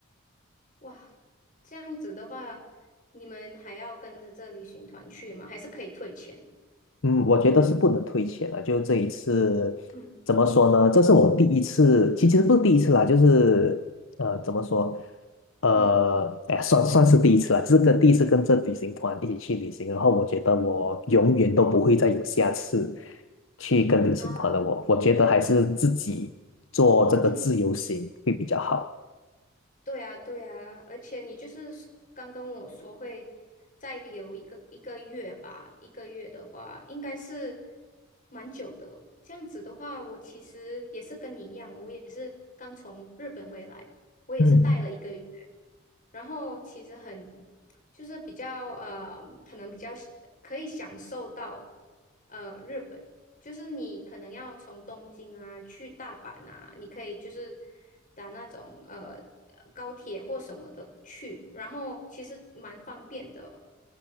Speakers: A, on the left; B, on the left.
A: 哇，这样子的话，你们还要跟着这旅行团去吗？还是可以退钱？
B: 嗯，我觉得是不能退钱了。就这一次，
A: 嗯
B: 怎么说呢？这是我第一次，其实不是第一次啦，就是呃，怎么说？呃，
A: 嗯
B: 哎，算算是第一次啦，这是跟第一次跟这旅行团一起去旅行，
A: 嗯
B: 然后我觉得我永远都不会再有下次去跟旅行团了我。
A: 啊
B: 我觉得还是自己做这个自由行会比较好。
A: 嗯。对啊，对啊，而且你就是刚跟我说会再留一个一个月吧，一个月的话应该是蛮久的。这样子的话，我其实也是跟你一样，我也是刚从日本回来，我也是待了一个月。
B: 嗯。
A: 然后其实很就是比较呃，可能比较可以享受到呃日本，就是你可能要从东京啊去大阪啊，你可以就是打那种呃呃高铁或什么的去，然后其实蛮方便的。